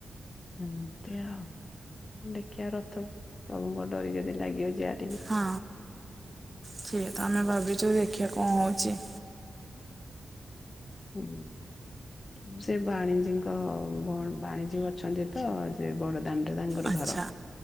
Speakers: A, on the left; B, on the right.
A: ଅତେଅ ଆଉ ଦେଖିଆ ରଥ ପ୍ରଭୁଙ୍କ ଡରି ଯଦି ଲାଗିଅ ଜିଆ।
B: ହଁ ସେ କଥା ଆମେ ଭାବିଛୁ ଦେଖିବା କ ହେଉଚି।
A: ହୁଁ ହୁଁ। ସେ ବାଣିଜୀଙ୍କ ଭଉ ବାଣିଜୀ ଅଛନ୍ତି ତ ସେ ବଡ ଦାଣ୍ଡରେ ତାଙ୍କର
B: ଆଚ୍ଛା
A: ଘର